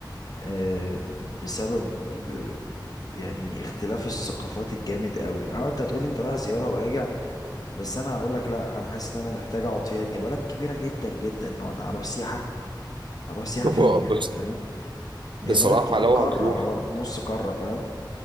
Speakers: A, on the left; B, on the right.
A: آه، بسبب آه، يعني اختلاف الثقافات الجامد قوي اه انت هتقولي انت رايح زيارة وراجع بس انا هقول لك لا انا حاسس ان انا محتاج اقعد فيها لان هي بلد كبيره جدا جدا لو انا هروح سياحه هروح سياحه فين
B: هو
A: يعني
B: بس
A: فاهم
B: بصراحة
A: هي بلد كبيره
B: لو
A: قاره
B: هتروح
A: أو نص قاره فاهم